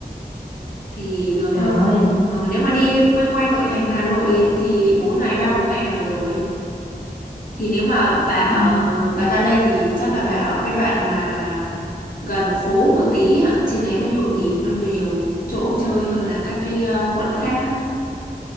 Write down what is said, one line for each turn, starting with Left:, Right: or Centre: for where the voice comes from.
Left: thì được
Right: Trời,
Left: hơn
Right: ơi.
Left: ừ, nếu mà đi quanh quanh nội thành Hà Nội thì 4 ngày ba bốn ngày là được rồi Thì nếu mà bà ở
Right: ừ.
Left: bà ra đây thì chắc là bà ở cái đoạn mà gần phố một tí á, trên đấy nó nhộn nhịp, nó nhiều chỗ chơi hơn là các cái ờ, quận khác á.